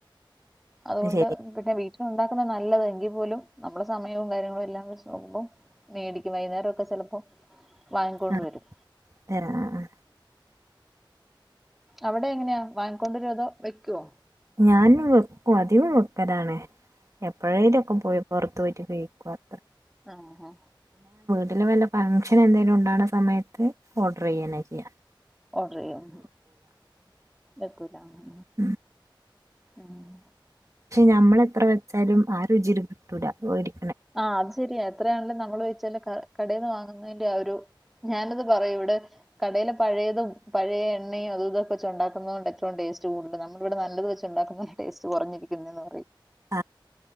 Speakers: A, in the centre; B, on the right (about 40°).
A: അതുകൊണ്ട്
B: അത് ശരി
A: പിന്നെ വീട്ടിൽ ഉണ്ടാക്കുന്ന നല്ലത എങ്കിൽ പോലും നമ്മളെ സമയവും കാര്യങ്ങളും എല്ലാം വച്ച് നോക്കുമ്പോ മേടിക്ക വൈകുന്നേരെ മൊക്കെ ചില പ്പോ വാങ്ങിക്കൊണ്ട്
B: ആഹ്
A: വരും
B: ആഹ്
A: അവിടെ എങ്ങനെയാ വാങ്ങിക്കൊണ്ടരു അതോ വെക്കുവോ
B: ഞാൻ വെക്കും അധികവും വെക്കലാണ് എപ്പോഴേലും ഒക്കെ പോയി പുറത്ത് പോയിട്ടി കഴിക്കുവാൻ
A: ആ ആ
B: വീട്ടിൽ വല്ല ഫംഗ്ഷൻ എന്തെങ്കിലും ഉണ്ടാകുന്ന സമയത്ത് ഓർഡർ ചെയ്യുകന്നെ ചെയ്യാം
A: ചെയ്യാം വെക്കൂല ആ
B: ഉം
A: ആ ആ
B: പക്ഷെ ഞമ്മളെത്ര വെച്ചാലും ആ രുചി കിട്ടൂല ഓടി
A: ആ അത് ശരിയാ എത്രയാണെങ്കിലും നമ്മൾ വെച്ചാല് കടയിൽന്ന് വാങ്ങുന്നതിന്റെ ആ ഒരു ഞാനത് പറയും ഇവിടെ കടയില് പഴയതും പഴയ എണ്ണയും അതും ഇതൊക്കെ വച്ച് ഉണ്ടാക്കുന്നത് കൊണ്ട് ഏറ്റവും ടേസ്റ്റ് കൂടുതൽ നമ്മള ഇവിടെ നല്ലത് വെച്ച് ഉണ്ടാക്കുന്ന ടേസ് കുറഞ്ഞിരിക്കുന്ന എന്ന് പറയും
B: ആ